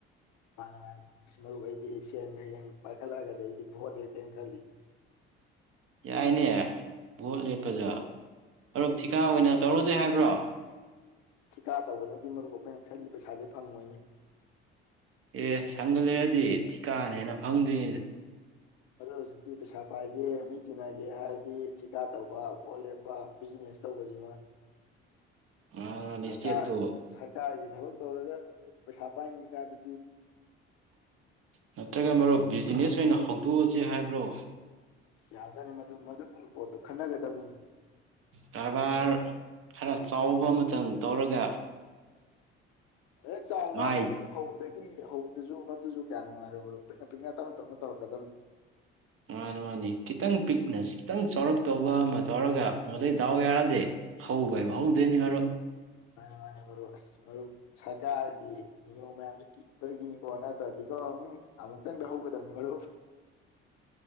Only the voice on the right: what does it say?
ꯌꯥꯏꯅꯦ ꯚꯣꯠ ꯂꯦꯞꯄꯗ ꯑꯣ
ꯊꯤꯀꯥ ꯑꯣꯏ ꯑꯣꯏꯅ ꯇꯧꯣ ꯆꯁꯦ ꯍꯥꯏꯕ꯭ꯔꯣ
ꯑꯦ ꯁꯪꯒꯠꯂꯔꯗꯤ ꯊꯤꯀꯥꯅ ꯍꯦꯟꯅ ꯐꯪꯗꯣꯏꯅꯤꯗ
ꯉꯥꯡꯔꯅꯤ
ꯏꯁꯇꯦꯠꯇꯣ
ꯅꯠꯇ꯭ꯔꯒ ꯃꯔꯨꯞ ꯕꯤꯖꯤꯅꯦꯁ ꯑꯣꯏꯅ ꯍꯧꯗꯣꯛꯑꯁꯤ ꯍꯥꯏꯕ꯭ꯔꯣ
ꯀꯔꯕꯥꯔ ꯈꯔ ꯆꯥꯎꯕ ꯑꯃꯇꯪ ꯇꯧꯔꯒ
ꯃꯥꯏ
ꯃꯥꯅ ꯃꯥꯅꯤ ꯈꯤꯇꯪ ꯄꯤꯛꯅ ꯈꯤꯇꯪ ꯆꯥꯎꯔꯛꯇꯧꯕ ꯑꯃ ꯇꯧꯔꯒ ꯃꯩ ꯗꯥꯎ ꯌꯥꯔꯗꯦ ꯍꯧꯕ ꯍꯥꯏꯕ ꯍꯧꯗꯣꯏꯅꯤ ꯃꯔꯨꯞ